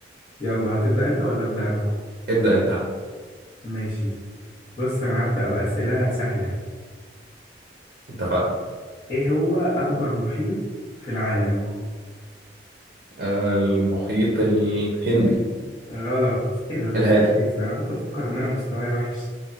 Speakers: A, on the left; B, on the right.
A: يلا هتبدا انت ولا ابدا انا
B: ابدأ انت يا عم
A: ماشي بص انا هبدا باسئله سهله
B: اتفقنا
A: ايه هو اكبر محيط في العالم
B: آه، المحيط الهندي
A: غلط ايه ده ده
B: الهادي
A: كويس انا كنت بفكر ان انا مستواي وحش